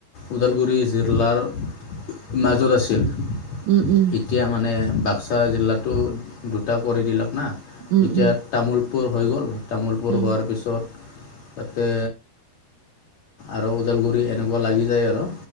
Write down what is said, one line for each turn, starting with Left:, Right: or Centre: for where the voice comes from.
Left: ওদালগুৰি জিলাৰ মাজত আছিল এতি
Right: উম উম
Left: এতিয়া মানে বাক্সা জিলাতো দুটা কৰি দিলাক না
Right: উম
Left: এতিয়া
Right: উম
Left: তামোলপুৰ হৈ গ'ল তামোলপুৰ
Right: উম
Left: হোৱাৰ পিছত তাতে আৰু ওদালগুৰি এনেকুৱা লাগি যায় আৰু